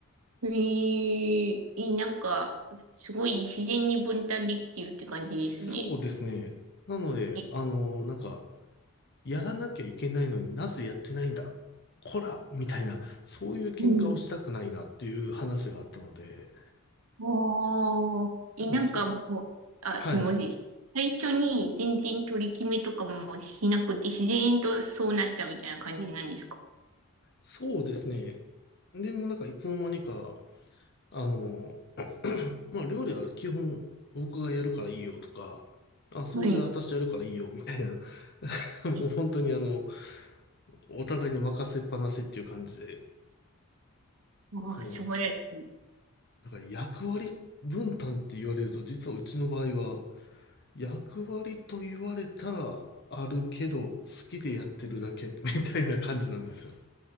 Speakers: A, on the right; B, on the left.
A: えええなんか、すごい自然に分担できているって感じですね。
B: そうですね。なので、
A: え、
B: あの、なんか、やらなきゃいけないのになぜやってないんだこらみたいな、そういう喧嘩をしたくないなっていう話があったので、
A: うん。ああ。
B: なんかそう、
A: え、なんかもう、あ、
B: はい。
A: すみません。最初に全然取り決めとかもしなくて、自然とそうなったみたいな感じなんですか
B: そうですね。でもなんかいつの間にか、あの、<clears throat> まあ料理は基本僕がやるからいいよとか、あ、掃除は私やるからいいよみたいな、
A: はい。
B: <laughs>
A: え、
B: もう本当にあの、お互いに任せっぱなしっていう感じで、
A: ああ、
B: その
A: 素晴らしい。
B: なんか役割分担って言われると、実はうちの場合は、役割と言われたらあるけど、好きでやってるだけ <laughs> みたいな感じなんですよ。